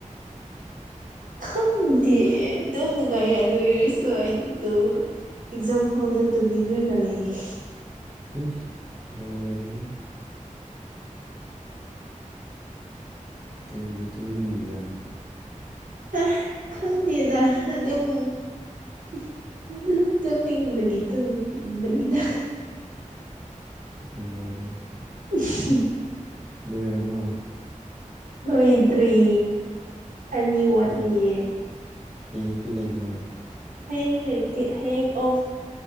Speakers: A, in the centre; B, on the right.
A: <inaudible>
B: ꯈꯪꯗꯦ <unintelligible> ꯑꯦꯛꯓꯥꯝ ꯍꯣꯜꯗ ꯇꯨꯝꯅꯤꯡꯉꯒ ꯂꯩ꯫ <inaudible>
A: ꯏꯁ ꯂꯣꯏꯔꯦꯍꯦ ꯀꯩꯒꯤ ꯇꯨꯝꯅꯤꯡꯉꯤꯕ?
B: ꯑ ꯈꯪꯗꯦꯗ ꯑꯗꯨꯝ <inaudible> ꯑꯗꯨꯝ ꯇꯨꯝꯅꯤꯡꯕꯒꯤ ꯇꯨꯝꯕꯤꯕꯅꯤꯗ꯫
A: ꯂꯣꯏꯔꯦꯍꯦ꯫
B: <inaudible>
A: ꯂꯣꯏꯔꯕꯣ?
B: ꯂꯣꯏꯗ꯭ꯔꯤ ꯑꯅꯤ ꯋꯥꯠꯂꯤꯌꯦ꯫
A: ꯍꯩ ꯍꯌꯦꯡꯁꯨ ꯂꯩꯕ꯭ꯔꯣ?
B: ꯍꯌꯦꯡ ꯂꯩꯇꯦ ꯍꯌꯦꯡ ꯑꯣꯐ